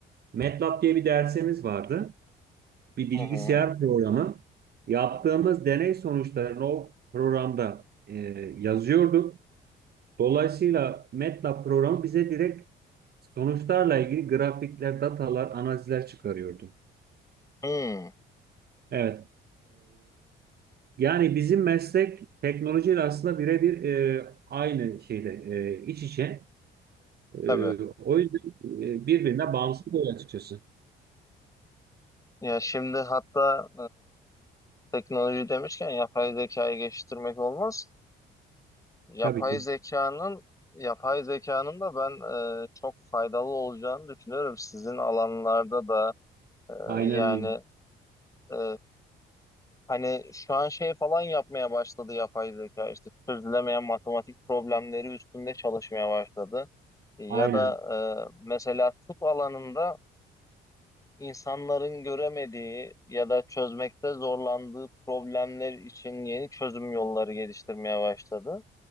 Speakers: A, on the right (about 50°); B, on the left (about 15°).
A: MATLAB diye bir dersimiz vardı. Bir bilgisayar
B: Hı hı.
A: programı. Yaptığımız deney sonuçlarını o programda e, yazıyorduk. Dolayısıyla MATLAB programı bize direkt sonuçlarla ilgili grafikler, datalar, analizler çıkarıyordu.
B: Hı,
A: Evet. Yani bizim meslek teknolojiyle aslında birebir e, aynı şeyde e, iç içe. E,
B: tabii.
A: o yüzden e, birbirine bağımsız oluyor açıkçası.
B: Ya şimdi hatta e, teknoloji demişken yapay zekayı geliştirmek olmaz. Yapay
A: Tabii ki.
B: zekanın yapay zekanın da ben e, çok faydalı olacağını düşünüyorum. Sizin alanlarda da
A: Aynen
B: e, yani
A: öyle.
B: e, hani şu an şey falan yapmaya başladı yapay zeka işte çözülemeyen matematik problemleri üstünde çalışmaya başladı. Ya
A: Aynen.
B: da e, mesela tıp alanında insanların göremediği ya da çözmekte zorlandığı problemler için yeni çözüm yolları geliştirmeye başladı.